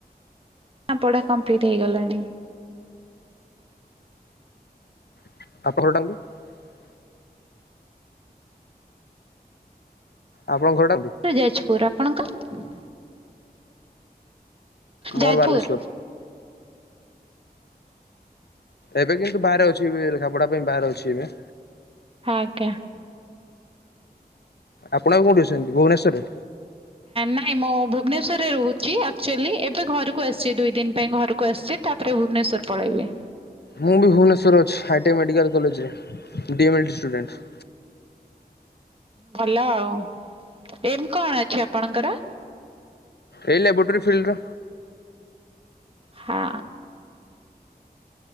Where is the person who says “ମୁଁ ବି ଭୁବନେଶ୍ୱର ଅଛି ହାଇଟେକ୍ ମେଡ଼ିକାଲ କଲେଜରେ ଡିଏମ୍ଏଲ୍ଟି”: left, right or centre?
Left